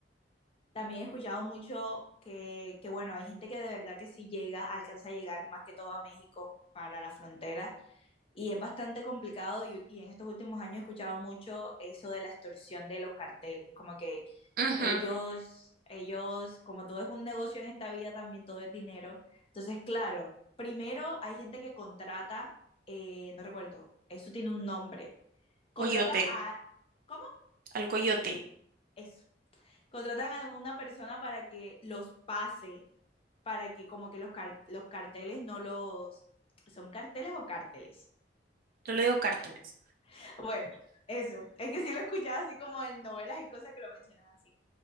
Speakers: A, on the left (about 35°); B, on the right (about 55°).
A: también he escuchado mucho que, que, bueno, hay gente que de verdad que sí llega, alcanza a llegar más que todo a México para la frontera y es bastante complicado y, y en estos últimos años he escuchado mucho eso de la extorsión de los carteles, como que
B: Ujú.
A: ellos, ellos, como todo es un negocio en esta vida, también todo es dinero. Entonces, claro, primero hay gente que contrata, eh, no recuerdo, eso tiene un nombre, contrata
B: Coyote,
A: a, ¿cómo?
B: al coyote.
A: Eso. Contratan a una persona para que los pase para que como que los, car- los carteles no los... ¿Son carteles o cárteles?
B: Yo le digo cárteles.
A: <laughs> Bueno, eso. Es que sí lo he escuchado así como en novelas y cosas que lo mencionan así.